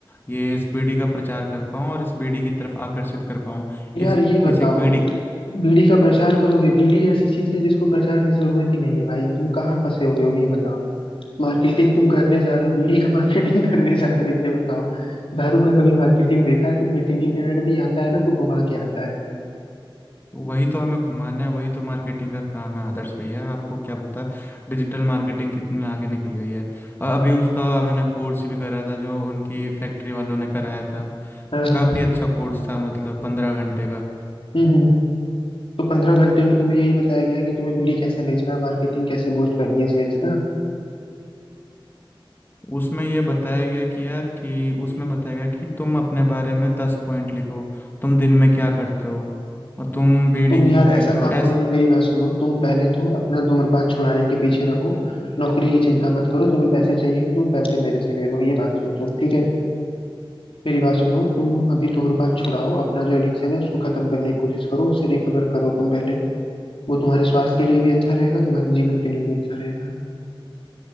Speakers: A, on the left; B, on the left.
A: ये इस बीड़ी का प्रचार कर पाऊँ और इस बीड़ी की तरफ आकर्षित कर पाऊँ
B: यार
A: इस
B: ये बताओ
A: इस एक बीड़ी
B: तुम बीड़ी का प्रचार करोगे बीड़ी ऐसी चीज है जिसको प्रचार की जरूरत ही नहीं है भाई तुम कहाँ फंसे हुए हो ये बताओ मार्केटिंग तुम करने जा रहे हो बीड़ी का मार्केटिंग <laughs> करने जा रहे हो ये बताओ दारू का कभी मार्केटिंग देखा है तुमने टीवी पे ऐड भी आता है ना तो घुमा के आता है
A: वही तो हमें घुमाना है वही तो मार्केटिंग का काम है आदर्श भैया आपको क्या पता डिजिटल मार्केटिंग कितने आगे निकल गई है अ- अभी उसका मैंने कोर्स भी करा था जो उनकी फैक्ट्री वालों ने कराया था
B: हाँ
A: तो
B: हाँ
A: काफ़ी अच्छा कोर्स था मतलब पंद्रह घंटे का
B: हम्म हम्म तो पंद्रह घंटे में तुम्हें यही बताया गया है कि तुम्हें बीड़ी कैसे बेचना है मार्केटिंग कैसे बूस्ट करनी है सेल्स ना
A: उसमें ये बताया गया कि यार कि उसमें बताया गया कि तुम अपने बारे में दस पॉइंट लिखो तुम दिन में क्या करते हो और तुम बीड़ी
B: तुम
A: क्यों
B: यार ऐसा
A: पीते हो
B: काम
A: ऐसे
B: करो ना मेरी बात सुनो तुम पहले तो अपना धूम्रपान छुड़ाने के पीछे रहो नौकरी की चिंता मत करो तुम्हें पैसे चाहिए तुम पैसे मेरे से ले लो ये बात सोचो ठीक है मेरी बात सुनो तुम अभी धूम्रपान छुड़ाओ अपना जो एडिक्शन है उसको खत्म करने की कोशिश करो उससे रिकवर करो तुम पहले वो तुम्हारे स्वास्थ्य के लिए भी अच्छा रहेगा तुम्हारे जीवन के लिए भी अच्छा रहेगा